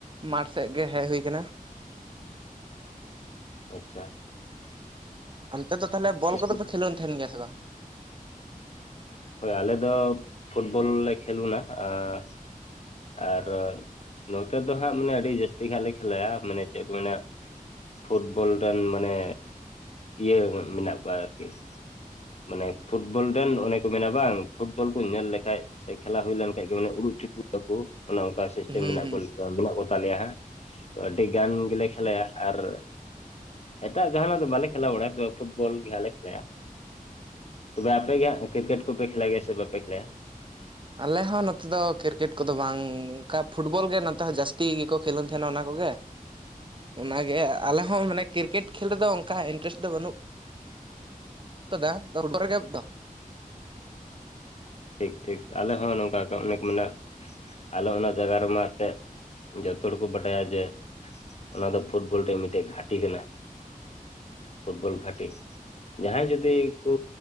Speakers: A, on the right (about 35°); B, on the left (about 45°).
A: ᱢᱟᱴᱷ ᱥᱮᱫ ᱜᱮ ᱦᱮᱡ ᱦᱩᱭ ᱠᱟᱱᱟ᱾
B: ᱟᱪᱪᱷᱟ,
A: ᱚᱱᱛᱮ ᱫᱚ ᱛᱟᱦᱚᱞᱮ ᱵᱚᱞ
B: ᱤᱥᱠᱩᱞ
A: ᱠᱚᱫᱚ ᱯᱮ ᱠᱷᱮᱞᱳᱱ ᱛᱟᱦᱮᱸᱱ ᱜᱮᱭᱟ ᱥᱮ ᱵᱟᱝ?
B: ᱦᱳᱭ ᱟᱞᱮ ᱫᱚ ᱯᱷᱩᱴᱵᱚᱞ ᱞᱮ ᱠᱷᱮᱞᱟ ᱵᱟᱲᱟᱭᱟ ᱟ, ᱟᱨ ᱱᱚᱛᱮ ᱫᱚ ᱦᱟᱸᱜ ᱢᱟᱱᱮ ᱟᱹᱰᱤ ᱡᱟᱹᱥᱛᱤ ᱜᱮᱞᱮ ᱠᱷᱮᱞᱟᱭᱟ ᱢᱟᱱᱮ ᱪᱮᱫ ᱠᱚ ᱢᱮᱱᱟ? ᱯᱷᱩᱴᱵᱚᱞ ᱨᱮᱱ ᱢᱟᱱᱮ, ᱤᱭᱟᱹ ᱢᱮᱱᱟᱜ ᱠᱚᱣᱟ ᱟᱨᱠᱤ? ᱢᱟᱱᱮ ᱯᱷᱩᱴᱵᱚᱞ ᱨᱮᱱ ᱚᱱᱮ ᱠᱚ ᱢᱮᱱᱟ ᱵᱟᱝ, ᱯᱷᱩᱴᱵᱚᱞ ᱠᱚ ᱧᱮᱞ ᱞᱮᱠᱷᱟᱡ, ᱥᱮ ᱠᱷᱮᱞᱟ ᱦᱩᱭ ᱞᱮᱱ ᱠᱷᱟᱡ ᱜᱮ ᱢᱟᱱᱮ ᱩᱰᱩᱜ ᱪᱩᱴᱩᱜ ᱟᱠᱚ ᱚᱱᱮ ᱚᱱᱠᱟ᱾ ᱥᱤᱥᱴᱮᱢ
A: ᱦᱩᱸ ᱦᱩᱸ
B: ᱢᱮᱱᱟᱜ, ᱢᱮᱱᱟᱜ ᱠᱚ ᱛᱟᱞᱮᱭᱟ ᱦᱟᱸᱜ ᱛᱚ ᱟᱹᱰᱤ ᱜᱟᱱ ᱜᱮᱞᱮ ᱠᱷᱮᱞᱟᱭᱟ᱾ ᱟᱨ ᱮᱴᱟᱜ ᱡᱟᱦᱟᱸᱱᱟᱜ ᱫᱚ ᱵᱟᱞᱮ ᱠᱷᱮᱞᱟ ᱵᱟᱲᱟᱭᱟ, ᱛᱚ ᱯᱷᱩᱴᱵᱚᱞ ᱜᱮ ᱦᱟᱸᱜ ᱞᱮ ᱠᱷᱮᱞᱟᱭᱟ᱾ ᱛᱚᱵᱮ ᱟᱯᱮ ᱜᱮ ᱦᱟᱸᱜ ᱠᱨᱤᱠᱮᱴ ᱠᱚᱯᱮ ᱠᱷᱮᱞᱟᱭ ᱜᱮᱭᱟ ᱥᱮ ᱵᱟᱯᱮ ᱠᱷᱮᱞᱟᱭᱟ?
A: ᱟᱞᱮ ᱦᱚᱸ ᱱᱚᱛᱮ ᱫᱚ ᱠᱨᱤᱠᱮᱴ ᱠᱚᱫᱚ ᱵᱟᱝ ᱚᱱᱠᱟ ᱯᱷᱩᱴᱵᱚᱞ ᱜᱮ ᱱᱚᱛᱮ ᱦᱚᱸ ᱡᱟᱹᱥᱛᱤ ᱜᱮᱠᱚ ᱠᱷᱮᱞᱳᱱ ᱛᱟᱦᱮᱸᱱᱟ ᱚᱱᱟ ᱠᱚᱜᱮ᱾ ᱚᱱᱟ ᱜᱮ ᱟᱞᱮ ᱦᱚᱸ ᱢᱟᱱᱮᱠ, ᱠᱨᱤᱠᱮᱴ ᱠᱷᱮᱞ ᱨᱮᱫᱚ ᱚᱱᱠᱟ ᱤᱱᱴᱟᱨᱮᱥᱴ ᱫᱚ ᱵᱟᱹᱱᱩᱜ, ᱠᱟᱫᱟ ᱟᱣᱩᱴᱰᱳᱨ ᱜᱮᱢ ᱫᱚ,
B: ᱴᱷᱤᱠ ᱴᱷᱤᱠ ᱟᱞᱮ ᱦᱚᱸ ᱱᱚᱝᱠᱟ ᱚᱱᱮᱠ ᱢᱮᱱᱟ, ᱟᱞᱮ ᱚᱱᱟ ᱡᱟᱭᱜᱟ ᱨᱮᱢᱟ ᱮᱱᱛᱮᱫ ᱡᱚᱛᱚ ᱦᱚᱲᱠᱚ ᱵᱟᱰᱟᱭᱟ ᱡᱮ, ᱚᱱᱟ ᱫᱚ ᱯᱷᱩᱴᱵᱚᱞ ᱨᱮ ᱢᱤᱫᱴᱮᱡ ᱜᱷᱟᱴᱤ ᱠᱟᱱᱟ ᱾ ᱯᱷᱩᱴᱵᱚᱞ ᱜᱷᱟᱴᱤ, ᱴᱤ, ᱡᱟᱦᱟᱸᱭ ᱡᱩᱫᱤ ᱠᱚ,